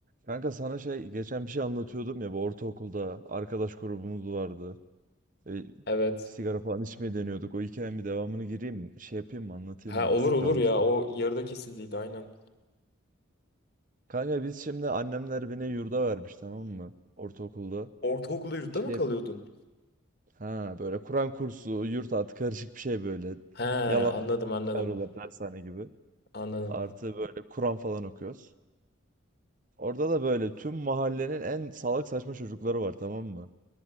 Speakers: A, on the right; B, on the left.
A: Kanka sana şey geçen bir şey anlatıyordum ya bu ortaokulda arkadaş grubumuz vardı. E,
B: Evet.
A: sigara falan içmeye deniyorduk. O hikayenin bir devamını gireyim mi? Şey yapayım mı? Anlatayım
B: Ha
A: mı? Eksik
B: olur olur
A: kalmıştı.
B: ya o yarıda kesildiydi aynen.
A: Kanka biz şimdi annemler beni yurda vermiş tamam mı? Ortaokulda.
B: Ortaokulda yurtta
A: Şey
B: mı kalıyordun?
A: ha böyle Kur'an kursu, yurt artı karışık bir şey böyle.
B: He
A: Yalandan
B: anladım
A: ilk böyle
B: anladım.
A: çağırıyorlar dershane gibi.
B: Anladım.
A: Artı böyle Kur'an falan okuyoruz. Orada da böyle tüm mahallenin en salak saçma çocukları var tamam mı?